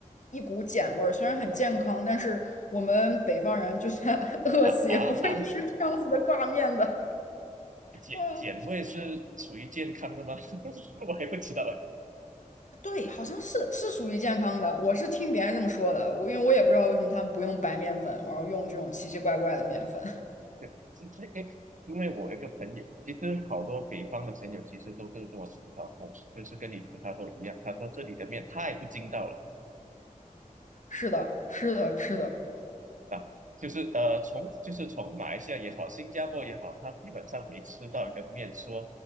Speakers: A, on the left; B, on the right.
A: 一股碱味儿。虽然很健康，但是我们北方人就算 <laughs> 饿死也不会吃这样子的挂面的。
B: 啊啊啊，碱碱味是属于健康的吗？
A: 嗯。
B: <laughs> 我也不知道，
A: 对，好像是是属于健康的。我是听别人这么说的，我因为我也不知道为什么他们不用白面粉，然后用这种奇奇怪怪的面粉。
B: <laughs> 是这个因为我有一个朋友，其实好多北方的朋友其实都是跟我吐槽同，就是跟你吐槽都一样。他说这里的面太不筋道了
A: <laughs> 是的，是的，是的，
B: 啊，就是呃，从就是从马来西亚也好，新加坡也好，他基本上没吃到一个面说，